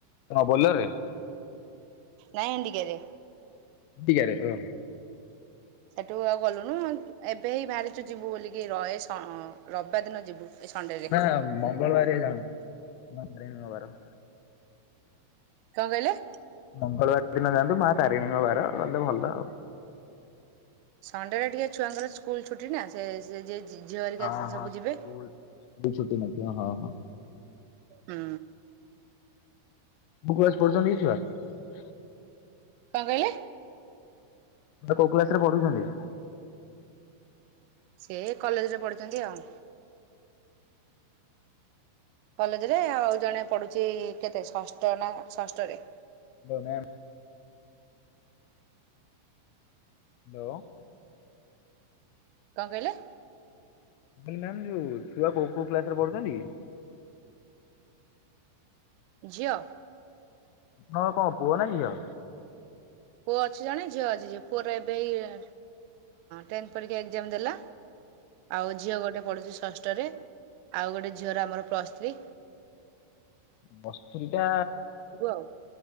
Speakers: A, on the left; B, on the right.
A: ହଁ ବୋଲର୍ ରେ?
B: ନାଇଁ ଏଣ୍ଡିକି ରେ
A: ଏଟିିକାାରେ ହ
B: ସେଠୁ ଆଉ ଗଲୁନୁ ଏବେ ହି ବାହାରିଛୁ ଯିବୁ ବୋଲିକି ଏ ରବିବାର ଦିନ ଯିବୁ ଏ ସଣ୍ଡେରେ
A: ନା ମଙ୍ଗଳବାରଆ ଯଣ ହାରିଣୀବାର
B: କଣ କହିଲେ
A: ମଙ୍ଗଳବାର ଦିନ ଯାଆନ୍ତୁ ମା ତାରିଣୀଙ୍କ ବାର ଗଲେ ଭଲ ଆଉ
B: ସଣ୍ଡେ ରେ ଟିକେ ଛୁଆଙ୍କର ସ୍କୁଲ ଛୁଟି ନା ସେ ଝିଅ ହେରିକା
A: ହଁ ହଁ
B: ସବୁ
A: ସ୍କୁଲ
B: ଯିବେ
A: ସ୍ ଛଟି ନ ହଁ ହଁ
B: ହୁଁ
A: ବୁକ୍୍ସ ପଚଛ <inaudible>
B: କଣ କହିଲେ
A: କୋଉ କ୍ଲାସ ରେ ପଢୁଛନ୍ତି
B: ସେ କଲେଜ ରେ ପଢିଛନ୍ତି ଆଉ କଲେଜରେ ଆଉ ଜଣେ ପଢୁଛି କେତେ ଷଷ୍ଠ ନା ଷଷ୍ଠରେ
A: ଦଡୋନେନ୍ <unintelligible> ହ୍ୟାଲୋ
B: କଣ କହିଲେ?
A: <unintelligible> ଯୋଉ ଛୁଆ କୋଉ କୋଉ କ୍ଲାସ ରେ ପଢୁଛନ୍ତି?
B: ଝିଅ?
A: ତମର କଣ ପୁଅ ନା ଝିଅ?
B: ପୁଅ ଅଛି ଜଣେ ଝିଅ ଅଛି ପୁଅର ଏବେ ଏଇ ଟେନ୍ଥ ପରୀକ୍ଷା ଏଗଜାମ୍ ଦେଲା। ଆଉ ଝିଅ ଗୋଟେ ପଢୁଛି ଷଷ୍ଠରେ ଆଉ ଗୋଟେ ଝିଅର ଆମର ପ୍ଲସ ଥ୍ରି।
A: ପ୍ଲସ ଥ୍ରି ଟା
B: ଆଉ